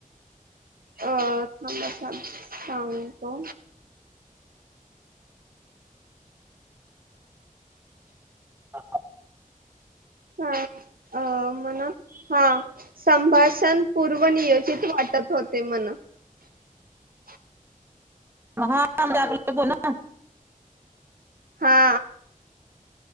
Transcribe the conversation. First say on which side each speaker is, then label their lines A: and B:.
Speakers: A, on the right; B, on the right.
A: अह थांबा सा सांगतो.
B: आ आ
A: हा अ मणा हा संभाषण पूर्व नियोजित वाट. <unintelligible>
B: हा बोला ना.
A: हा.